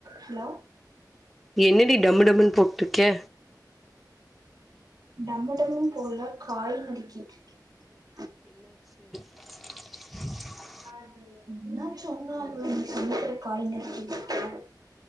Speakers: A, on the right (about 60°); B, in the centre.
A: Hello
B: என்னடி டம்மு டம்முன்னு போட்டுட்ருக்கே
A: டாம எப்பவும் போல கால் <unintelligible> <inaudible>
B: ஸ்ஸ்ஸ்
A: அது என்ன சொன்ன <unintelligible> காய் நறுக்கிட்டு இருக்கற